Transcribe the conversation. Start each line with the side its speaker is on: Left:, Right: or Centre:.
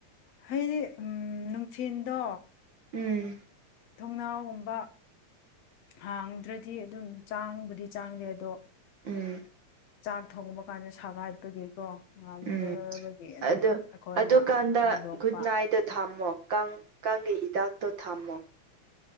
Left: ꯍꯥꯏꯗꯤ ꯎꯝ ꯅꯨꯡꯊꯤꯟꯗꯣ
Right: ꯎꯝ
Left: ꯊꫭꯡꯅꯥꯎꯒꯨꯝꯕ ꯍꯥꯡꯗ꯭ꯔꯗꯤ ꯑꯗꯨꯝ ꯆꯥꯡꯕꯨꯗꯤ ꯆꯥꯡꯗꯦ ꯑꯗꯣ
Right: ꯎꯝ
Left: ꯆꯥꯛ ꯊꯣꯡꯕ ꯀꯥꯟꯗ ꯁꯥꯒꯠꯄꯒꯤꯀꯣ ꯉꯝꯗꯕꯒꯤ
Right: ꯎꯝ
Left: ꯑꯗꯨꯝ
Right: ꯑꯗꯨ
Left: ꯑꯩꯈꯣꯏꯅ
Right: ꯑꯗꯨꯀꯥꯟꯗ
Left: ꯍꯥꯡꯗꯣꯛꯄ
Right: ꯒꯨꯠ ꯅꯥꯏꯠꯗꫪꯇꫭ ꯊꯝꯃꯣ ꯀꯥꯡ ꯀꯥꯡꯒꯤ ꯍꯤꯗꯥꯛꯇꯣ ꯊꯝꯃꯣ